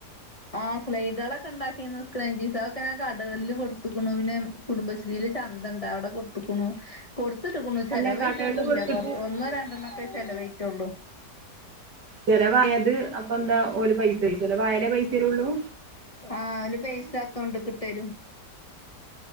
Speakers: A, on the left; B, on the right.
A: ആ സ്ലൈഡുക്കളൊക്കെ ഉണ്ടാക്കയാണ്. സ്ക്ലഞ്ചീസ തൊക്കെ ഞാൻ കടകളിൽ കൊടുത്തുക്കുന്നു. പിന്നെ കുടുംബശ്രീല് ചന്തൊണ്ട് അവെടെ കൊടുത്തുക്കുന്നു. കൊ ടുത്തിട്ടക്കുന്ന്. ചെലവാഴിട്ടൊന്നുമില്ല.
B: അല്ല കടകളില് കൊടുത്തിട്ട്
A: കൊറച്ച് ഒന്നോ രണ്ടെണ്ണക്കെ ചെലവാഴിറ്റൊള്ളൂ.
B: ചെലവായത് അപ്പെന്താ ഒല് പൈസയേ. ചെലവായാലേ പൈസതെരുള്ളൂ?
A: ആഹ ഒരു പൈസ അക്കൗണ്ടിക്ക് ഇട്ടരും.